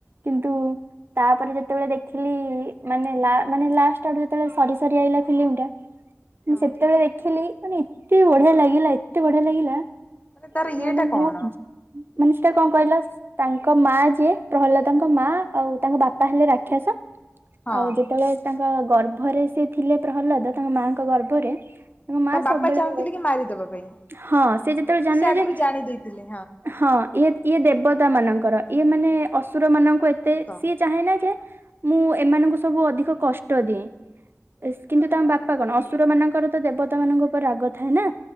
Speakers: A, on the right; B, on the left.
A: କିନ୍ତୁ ତାପରେ ଯେତେବେଳେ ଦେଖିଲି ମାନେ ଲା ମାନେ ଲାଷ୍ଟ ଆଡୁ ଯେତେବେଳେ ସରି ସରି ଆଇଲା ଫିଲିମ୍ ଟା
B: ହଁ
A: ମୁଁ ସେତେବେଳେ ଦେଖିଲି ମାନେ ଏ ଏତେ ବଢିଆ ଲାଗିଲା, ଏତେ ବଢିଆ ଲାଗିଲା
B: ମାନେ ତାର ଇଏଟା
A: ମାନେ
B: କଣ?
A: ମୁଁ ମନିଷ୍ା କଣ କହିଲ <unintelligible> ତାଙ୍କ ମା ଯିଏ ପ୍ରହ୍ଲାଦଙ୍କ ମା। ଆଉ ତାଙ୍କ ବାପା ହେଲେ ରାକ୍ଷସ।
B: ହଁ
A: ଆଉ ଯେତେବେଳେ ତାଙ୍କ ଗର୍ଭରେ ସେ ଥିଲେ ପ୍ରହ୍ଲାଦ, ତାଙ୍କ ମା ଙ୍କ ଗର୍ଭରେ ମା
B: ତା ବାପା
A: ସବୁବେଳେ
B: ଚାହୁଁଥିଲେ କି ମାରିଦବା ପାଇଁ?
A: ହଁ, ସେ ଯେତେବେଳେ ଜାଣିଲେ
B: ସେ ଆଗରୁ
A: ଯେ,
B: ଜାଣି ଦେଇଥିଲେ
A: ହଁ। ୟେ ଇଏ ଦେବତା ମାନଙ୍କର। ଇଏ ମାନେ
B: ହଁ
A: ଅସୁର ମାନଙ୍କୁ ଏତେ
B: ଅଂଶ
A: ସିଏ ଚାହେଁନା ଯେ ମୁଁ ଏମାନଙ୍କୁ ସବୁ ଅଧିକ କଷ୍ଟ ଦିଏ, କିନ୍ତୁ ତାଙ୍କ ବାପା କଣ ଅସୁର ମାନଙ୍କର ତ ଦେବତା ମାନଙ୍କ ଉପରେ ରାଗ ଥାଏ ନା,